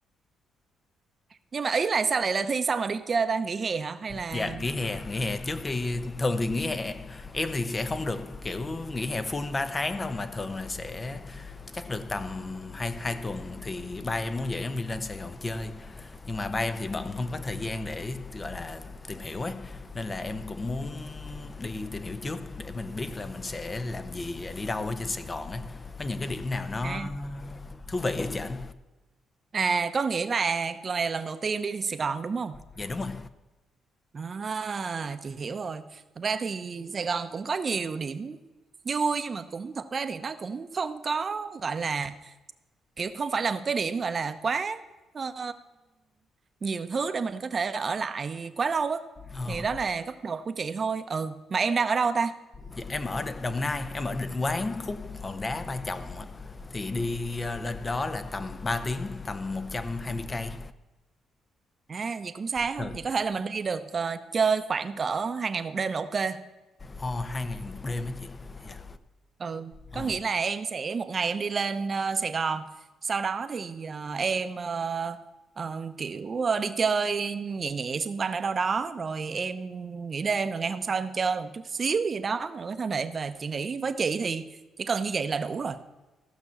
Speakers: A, on the right; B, on the left.
A: nhưng mà ý là sao lại là thi xong rồi đi chơi ta nghỉ hè hả hay là
B: Dạ, nghỉ hè, nghỉ hè trước khi thường thì nghỉ hè em thì sẽ không được, kiểu, nghỉ hè full 3 tháng đâu, mà thường là sẽ chắc được tầm hai hai tuần thì ba em muốn dẫn em đi lên Sài Gòn chơi. Nhưng mà ba em thì bận không có thời gian để, gọi là, tìm hiểu ấy, nên là em cũng muốn đi tìm hiểu trước để mình biết là mình sẽ làm gì, à, đi đâu ở trên Sài Gòn ấy. Có những cái điểm nào nó
A: à,
B: thú vị hả chị ảnh?
A: à có nghĩa là lần này là lần đầu tiên đi Sài Gòn đúng không
B: Dạ, đúng rồi.
A: à chị hiểu rồi thật ra thì Sài Gòn cũng có nhiều điểm vui nhưng mà cũng thật ra thì nó cũng không có gọi là kiểu không phải là một cái điểm gọi là quá ờ, nhiều thứ để mình có thể ở lại quá lâu á
B: Ờ.
A: thì đó là góc độ của chị thôi ừ mà em đang ở đâu ta
B: Dạ, em ở Định- Đồng Nai, em ở Định Quán, khúc Hòn Đá, Ba Chồng á. Thì đi ờ, lên đó là tầm 3 tiếng, tầm 120 cây.
A: à vậy cũng xa ha
B: Rồi.
A: vậy có thể là mình đi được ờ, chơi khoảng cỡ hai ngày một đêm là ok
B: Ồ, 2 ngày một đêm á chị. Dạ.
A: Ừ,
B: Ồ.
A: có nghĩa là em sẽ một ngày em đi lên ờ, Sài Gòn, sau đó thì ờ, em ờ, ờ, kiểu ờ, đi chơi nhẹ nhẹ xung quanh ở đâu đó, rồi em nghỉ đêm rồi ngày hôm sau em chơi một chút xíu gì đó rồi có thể lại về. Chị nghĩ với chị thì chỉ cần như vậy là đủ rồi.